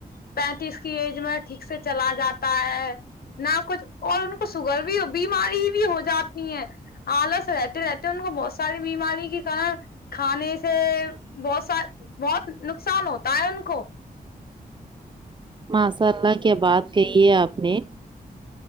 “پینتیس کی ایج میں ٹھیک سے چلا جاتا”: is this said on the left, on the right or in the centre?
Left